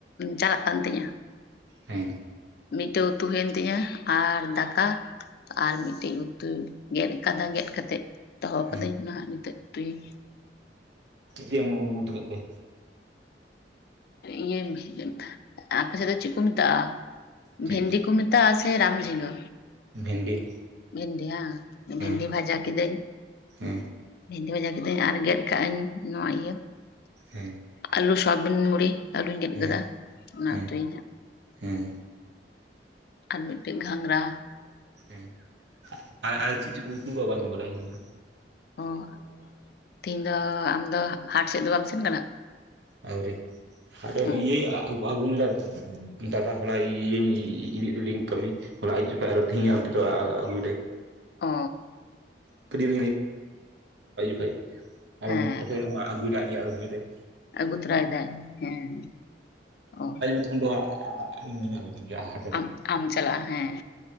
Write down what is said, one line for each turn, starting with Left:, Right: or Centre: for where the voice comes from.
Left: ᱪᱟᱞᱟᱜ ᱠᱟᱱ ᱛᱤᱧᱟᱹ,
Right: ᱦᱮᱸ
Left: ᱢᱤᱫᱴᱮᱱ ᱩᱛᱩ ᱦᱩᱭᱮᱱ ᱛᱤᱧᱟ᱾ ᱟᱨ ᱫᱟᱠᱟ ᱟᱨ ᱢᱤᱫᱴᱮᱡ ᱩᱛᱩᱩᱭ ᱜᱮᱫ ᱟᱠᱟᱫᱟ, ᱜᱮᱫ ᱠᱟᱛᱮᱮᱫ ᱫᱚᱦᱚ
Right: ᱦᱮᱸ
Left: ᱠᱟᱹᱫᱟᱹᱧ ᱢᱟ ᱦᱟᱸᱜ ᱱᱤᱛᱚᱜ ᱛᱩᱭᱤᱧ ᱢᱮ᱾
Right: ᱪᱮᱜ ᱪᱮ ᱮᱢ ᱩ-ᱩᱛᱩ ᱠᱮᱫ ᱛᱮ?
Left: ᱤᱭᱟᱹ <unintelligible> ᱛᱷᱟ, ᱟᱯᱮᱥᱮᱫ ᱫᱚ ᱪᱤᱜ ᱠᱩ ᱢᱮᱛᱟᱜᱼᱟ?
Right: ᱪᱮᱫ
Left: ᱵᱷᱮᱱᱰᱤ ᱠᱩ ᱢᱮ ᱛᱟᱜᱼᱟ ᱥᱮ ᱨᱟᱢ ᱡᱷᱤᱜᱟᱹ᱾
Right: ᱵᱷᱮᱱᱰᱤ᱾
Left: ᱵᱷᱤᱱᱰᱤ ᱦᱟ
Right: ᱦᱮᱸ
Left: ᱵᱷᱤᱱᱰᱤ ᱵᱷᱡᱟ ᱠᱤᱫᱟᱹᱧ᱾
Right: ᱦᱮᱸ
Left: ᱵᱷᱮᱱᱫᱤ ᱵᱷᱟᱡᱟ ᱠᱤᱫᱟᱹᱧ, ᱟᱨ ᱜᱮᱫ ᱠᱟᱜ ᱟᱹᱧ ᱱᱚᱣᱟ ᱤᱭᱟᱹ
Right: ᱦᱮᱸ᱾
Left: ᱟᱹᱞᱩ, ᱥᱚᱣᱟᱵᱤᱱ ᱵᱩᱲᱤ, ᱟᱹᱞᱩᱧ ᱜᱮᱫ
Right: ᱦᱮᱸ
Left: ᱠᱟᱫᱟ ᱚᱱᱟ
Right: ᱦᱮᱸ
Left: ᱩᱛᱤ ᱤᱧ ᱦᱟᱸᱜ᱾
Right: ᱦᱮᱸ
Left: ᱟᱨ ᱢᱤᱫᱴᱮᱡ ᱜᱷᱟᱝᱨᱟ᱾
Right: ᱦᱮᱸ ᱟ-ᱟᱨ-ᱟᱨ ᱪᱤᱜ ᱪᱩᱠᱩ ᱩᱛᱩᱣ ᱠᱟᱜ ᱵᱟᱹᱧ ᱵᱟᱲᱟᱭᱟ ᱤᱧ ᱫᱚ᱾
Left: ᱚᱸ, ᱛᱤᱦᱤᱧ ᱫᱚ ᱟᱢ ᱫᱚ ᱦᱟᱴ ᱥᱮᱫ ᱫᱚ ᱵᱟᱢ ᱥᱮᱱ ᱠᱟᱱᱟ?
Right: ᱟᱹᱣᱨᱤ᱾ ᱟᱫᱚ
Left: ᱚ
Right: ᱤᱭᱟᱹᱭ ᱟ-ᱟ-ᱟᱜ-ᱟᱜᱩ ᱞᱮᱫᱟ ᱫᱟ-ᱫᱟ ᱦᱚᱞᱟᱭ ᱤ-ᱤ-ᱤ-ᱤᱫᱤ-ᱤᱫᱤ ᱞᱤᱫᱤᱞᱤᱧ ᱠᱟᱹᱢᱤ᱾ ᱦᱚᱞᱟ ᱟᱭᱩᱵ ᱡᱚᱠᱷᱚᱡ ᱟᱨᱚ ᱛᱤᱦᱤᱧᱟ ᱚᱱᱛᱮ ᱫᱚ ᱟ-ᱟ-ᱟᱜᱩ
Left: ᱚ
Right: ᱠᱮᱫᱟᱭ᱾ <unintelligible> ᱮᱵᱚᱝ
Left: ᱦᱮᱸ
Right: ᱛᱮᱠᱚᱡ ᱟ-ᱟᱜᱩᱭ ᱫᱟᱭ ᱟᱡ ᱜᱮ ᱟᱜᱩᱭ ᱫᱟᱭ᱾
Left: ᱟᱹᱜᱩ ᱛᱚᱨᱟᱭ ᱫᱟᱭ ᱦᱮᱸ ᱚ᱾
Right: ᱛᱟᱠᱷᱚᱱ ᱫᱚ ᱟ-ᱟ-ᱟ-ᱤᱧ ᱜᱮᱧ ᱛᱮᱦᱮᱱᱟ ᱦᱟ
Left: ᱟᱢ ᱟᱢ ᱪᱟᱞᱟᱜᱼᱟ ᱦᱮᱸ᱾